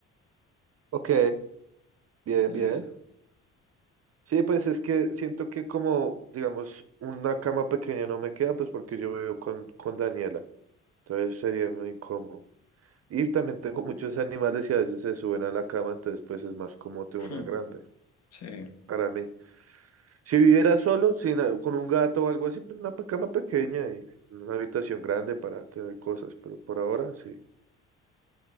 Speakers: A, on the right; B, on the left.
A: Ok, bien,
B: Listo.
A: bien. Sí, pues es que siento que como, digamos, una cama pequeña no me queda, pues porque yo vivo con, con Daniela. Entonces sería muy incómodo. Y también tengo muchos animales y a veces se suben a la cama, entonces pues es más cómodo tener
B: Hmm,
A: una grande.
B: Sí.
A: Para mí. Si viviera solo, sin, con un gato o algo así, pero una pe- cama pequeña y una habitación grande para tener cosas, pero por ahora sí.